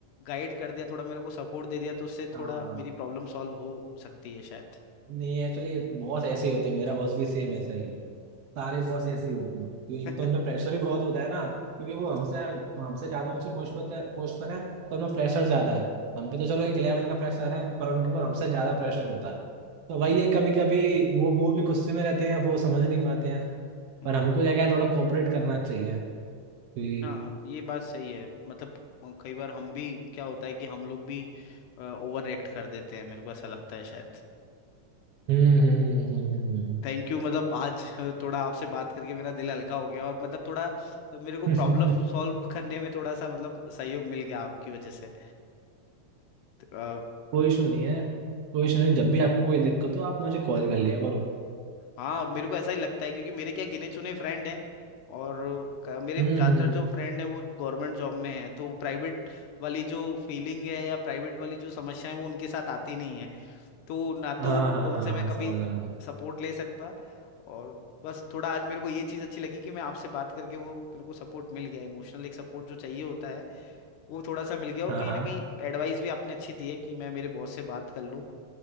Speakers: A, on the left; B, on the right.
A: गाइड कर दिया थोड़ा मेरे को सपोर्ट दे दिया तो उससे
B: हाँ
A: थोड़ा
B: हाँ
A: मेरी प्रॉब्लम सॉल्व हो सकती है शायद
B: नहीं एक्चुअली बॉस ऐसे ही होते हैं मेरा बॉस भी सेम ऐसा ही है सारे बॉस ऐसे ही होते हैं कि एक
A: <laughs>
B: तो उनमें प्रेशर भी बहुत होता है ना क्योंकि वो हमसे हमसे ज्यादा ऊंची पोस्ट पर पोस्ट पर है तो उनमें प्रेशर ज्यादा है हम पे तो चलो एक लेवल का प्रेशर है पर उनके ऊपर हमसे ज्यादा प्रेशर होता है तो वही है कभी कभी वो वो भी गुस्से में रहते हैं वो समझ नहीं पाते हैं
A: हम्म
B: पर हमको जगह थोड़ा कोऑपरेट करना चाहिए कि-
A: हाँ ये बात सही है मतलब कई बार हम भी क्या होता है कि हम लोग भी ओवर रिएक्ट कर देते हैं मेरे को ऐसा लगता है शायद
B: हम्म हम्म हम्म हम्म हम्म।
A: थैंक यू मतलब आज थोड़ा आपसे बात करके मेरा दिल हल्का हो गया और मतलब थोड़ा मेरे को
B: हम्म।
A: प्रॉब्लम
B: <laughs>
A: सॉल्व करने में थोड़ा सा मतलब सहयोग मिल गया आपकी वजह से तो, अ,
B: कोई इशू नहीं है कोई इशू नहीं जब भी आपको कोई दिक्कत हो आप मुझे कॉल कर लिया करो
A: हाँ मेरे को ऐसा ही लगता है क्योंकि मेरे क्या गिने चुने फ्रेंड हैं और क- मेरे
B: हम्म
A: ज़्यादातर
B: हम्म
A: जो फ्रेंड हैं वो गवर्नमेंट जॉब में हैं तो प्राइवेट वाली जो फीलिंग है या प्राइवेट वाली जो समस्या है वो उनके साथ आती नहीं है तो ना तो
B: हाँ हाँ
A: उनसे
B: हाँ हाँ
A: मैं कभी
B: समझ रहा हूँ
A: सपोर्ट ले सकता और बस थोड़ा आज मेरे को ये चीज़ अच्छी लगी कि मैं आपसे बात करके वो मेरे को सपोर्ट मिल गया इमोशनल एक सपोर्ट जो चाहिए होता है वो थोड़ा सा मिल गया और
B: हाँ
A: कहीं
B: हाँ
A: ना कहीं एडवाइस भी आपने अच्छी दी है कि मैं मेरे बॉस से बात कर लूँ